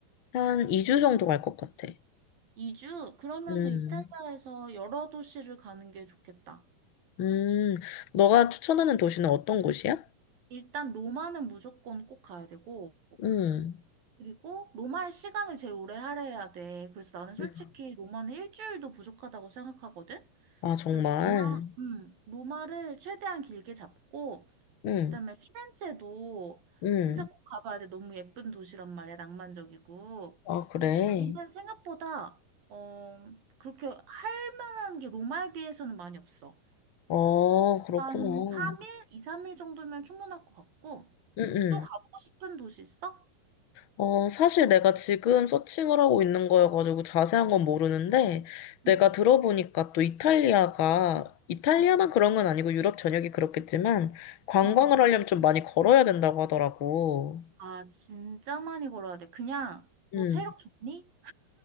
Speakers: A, on the left (about 85°); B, on the right (about 60°).
A: 한 2주 정도 갈 것 같아.
B: 2주? 그러면은
A: 음,
B: 이탈리아에서 여러 도시를 가는 게 좋겠다.
A: 음, 너가 추천하는 도시는 어떤 곳이야?
B: 일단 로마는 무조건 꼭 가야 되고,
A: 음,
B: 그리고 로마의 시간을 제일 오래 할애해야 돼. 그래서 나는 솔직히
A: 음.
B: 로마는 일주일도 부족하다고 생각하거든?
A: 아, 정말.
B: 그래서 로마, 음, 로마를 최대한 길게 잡고,
A: 음,
B: 그다음에 피렌체도
A: 음.
B: 진짜 꼭 가봐야 돼. 너무 예쁜 도시란 말이야. 낭만적이고.
A: 아, 그래.
B: 근데 거기는 생각보다 어 그렇게 할 만한 게 로마에 비해서는 많이 없어.
A: 어, 그렇구나.
B: 한 3일, 2, 3일 정도면 충분할 것 같고.
A: 음,
B: 또 가보고
A: 음.
B: 싶은 도시 있어?
A: 어, 사실 내가 지금 서칭을 하고 있는 거여가지고 자세한 건 모르는데, 내가
B: 응,
A: 들어보니까 또 이탈리아가, 이탈리아만
B: 응,
A: 그런 건 아니고 유럽 전역이 그렇겠지만, 관광을
B: 응.
A: 하려면 좀 많이 걸어야 된다고 하더라고.
B: 아, 진짜 많이 걸어야 돼. 그냥 너
A: 음.
B: 체력 좋니?